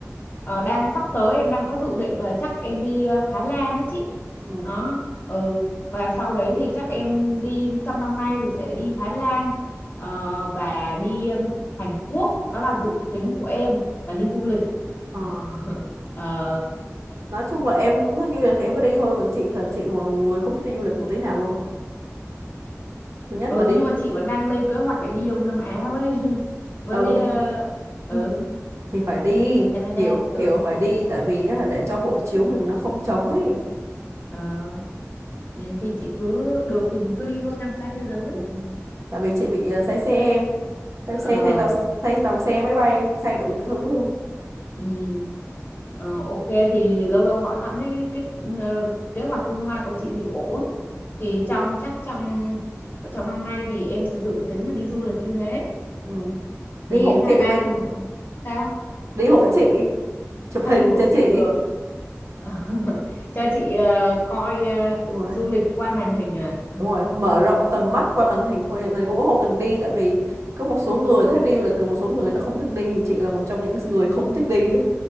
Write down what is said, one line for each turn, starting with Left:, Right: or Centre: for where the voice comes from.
Left: ờ, đang sắp tới em đang có dự định là chắc em đi ờ, Thái Lan đấy chị
Right: ừ.
Left: đó ừ và sau đấy thì chắc em đi trong năm nay thì sẽ đi Thái Lan ờ, và đi ừm, Hàn Quốc đó là dự tính của em là đi du lịch
Right: ờ.
Left: <laughs> ờ,
Right: nói chung là em cũng thích đi du lịch thì em cứ đi thôi còn chị là chị một người không thích đi du lịch một tí nào luôn thứ nhất
Left: ừ
Right: là đi
Left: nhưng
Right: du
Left: mà
Right: lịch
Left: chị vẫn đang lên kế hoạch để đi Đông Nam Á với <laughs> với
Right: ừ thì,
Left: ờ,
Right: <clears throat>
Left: ừ
Right: ừ, thì phải đi
Left: với Canada
Right: kiểu
Left: ừ
Right: kiểu phải đi tại vì á, để cho hộ chiếu mình nó không trống ấy
Left: Ờ, ừ, thì chị cứ được thì mình cứ đi thôi khám phá thế giới
Right: ừ. tại vì chị bị ờ, say xe em say xe
Left: ờ
Right: say tàu say tàu xe máy bay say đủ thứ luôn
Left: ừ, ờ, ok thì lâu lâu hỏi thăm thấy cái ờ, kế hoạch tương lai của chị thì ổn thì
Right: Ừ.
Left: trong chắc trong trong năm nay thì em sẽ dự tính là đi du lịch như thế
Right: ừ. đi
Left: thì
Right: hộ
Left: hai
Right: chị
Left: ba
Right: với
Left: năm nữa sao
Right: đi hộ chị chụp
Left: sao
Right: hình
Left: đi hộ
Right: cho chị
Left: chị được <laughs> cho chị ờ, coi ờ,
Right: đúng rồi
Left: du lịch qua màn hình à
Right: đúng rồi mở rộng tầm mắt qua màn hình thôi mình cũng không cần đi tại vì có một số người thích đi du lịch còn một số người người ta không thích đi thì chị là một trong những người không thích đi á.